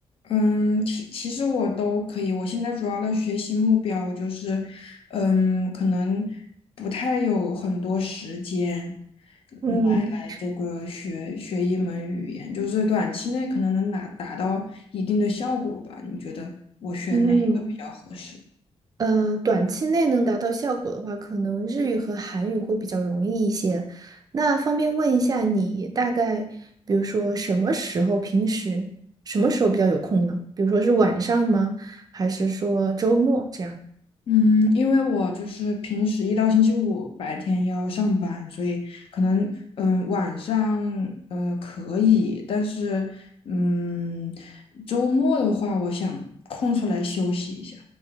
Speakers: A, on the left; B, on the right.
A: 嗯，其其实我都可以，我现在主要的学习目标就是，嗯，可能不太有很多时间，
B: 嗯
A: 嗯来来这个学学一门语言，就是短期内可能能拿达到一定的效果吧。你觉得我选哪一个比较合适？
B: 嗯。嗯，呃短期内能达到效果的话，可能日语和韩语会比较容易一些。那方便问一下你大概，比如说什么时候，平时什么时候比较有空呢？比如说是晚上吗？还是说周末这样？
A: 嗯，因为我就是平时一到星期五白天要上班，所以可能嗯晚上呃可以，但是嗯周末的话，我想空出来休息一下，